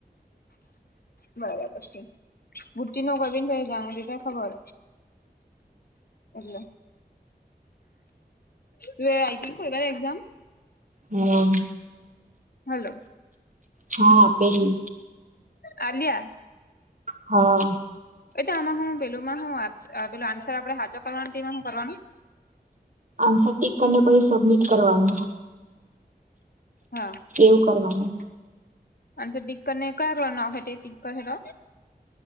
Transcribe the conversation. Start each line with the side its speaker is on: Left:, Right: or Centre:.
Left: બરાબર સે. બુટીનો વજન કઈ જાને દી તો ખબર એટલે તુ હે આઈપીતી કોઈ એક્ઝામ?
Right: હા
Left: હલો
Right: હા પેલી
Left: આલિયા
Right: હા
Left: એતો આમાં હું પેલુંમાં હું પેલું આન્સર આપણેે હાચો કરવાનું તેમાં હું કરવાનું?
Right: આન્સર ટીક કરીને પછી સબમિટ કરવાનું
Left: હા
Right: એવું કરવાનું.
Left: આનસર ટીક કરીને કયા કરવાના આન્સર ટીક કરશે તો